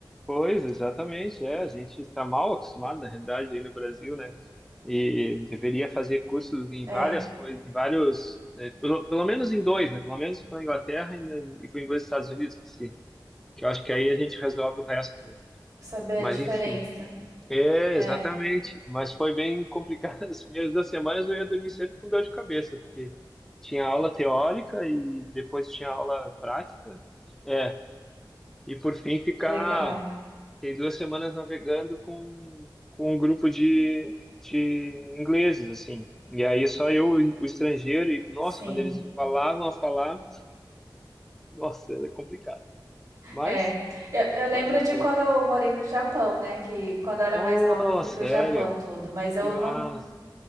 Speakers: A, in the centre; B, on the right.
A: Pois, exatamente, é, a gente está mal acostumado, na realidade, aí no Brasil, né? E deveria fazer cursos em
B: É,
A: várias coisas, em vários, eh, pelo, pelo menos em dois, né? Pelo menos com a Inglaterra e, na- e com os Estados Unidos, que, se, que eu acho que aí a gente resolve o resto, né?
B: saber
A: Mas
B: a diferença.
A: enfim, é,
B: É,
A: exatamente, mas foi bem complicado, <laughs> as primeiras duas semanas eu ia dormir sempre com dor de cabeça, porque tinha aula teórica e depois tinha aula prática, é, e por fim ficar
B: legal.
A: Fiquei duas semanas navegando com, com um grupo de, de ingleses, assim. E aí só eu, o estrangeiro, e nossa,
B: Sim.
A: quando eles embalavam a falar, nossa, era complicado. Mas,
B: É, eu, eu lembro
A: mas ok.
B: de quando eu morei no Japão, né? Que quando eu era
A: Oh,
B: mais nova eu fui
A: sério?
B: pro Japão tudo, mas eu
A: Que massa.
B: não,